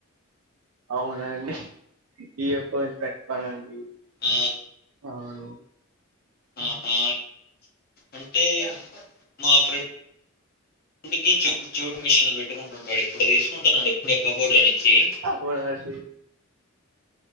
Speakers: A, on the right; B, on the left.
A: అవునండి ఈ ఎప్ప పెట్టుతనండి
B: ఆ
A: ఔను
B: ఆహా అంటే మా ఫ్రెండ్కి చౌటు మిషన్ లో పెట్టుకుంటుంటాడు ఇప్పుడు తీసుకుంటున్నాడు ఇప్పుడ కబోర్డ్ లో నుంచి
A: అవునండి